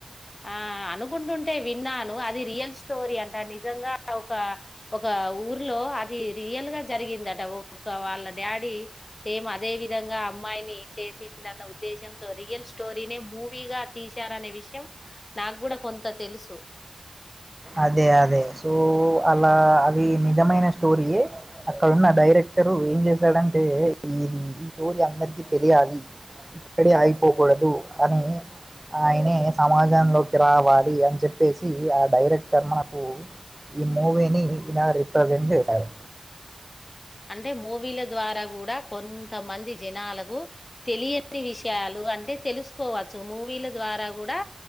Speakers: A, on the left; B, on the right.
A: ఆ అనుకుంటుంటే విన్నాను. అది రియల్ స్టోరీ అంట నిజంగా ఒక ఒక ఊర్లో అది రియల్ గా జరిగిందట ఒక వాళ్ళ డాడీ సేమ్ అదే విధంగా అమ్మాయిని చేసిందన్న ఉద్దేశంతో రియల్ స్టోరీనే మూవీగా తీశారనే విషయం నాకు గుడా కొంత తెలుసు
B: అదే అదే సో అలా అవి మీ జమైన స్టోరియే అక్కడున్న డైరెక్టరు ఏం జేశాడంటే ఇది ఈ స్టోరీ అందరికి తెలియాలి ఇక్కడే ఆగి. పోకూడదు అని ఆయనే సమాజంలోకి రావాలి అని చెప్పేసి ఆ డైరెక్ట్ కర్మణకు ఈ మూవీని ఇలా రిప్రజెంట్ చేశారు.
A: టే మూవీల ద్వారా గూడా కొంతమంది జనాలకు తెలియని విషయాలు అంటే తెలుసుకోవచ్చు మూవీల ద్వారా గూడా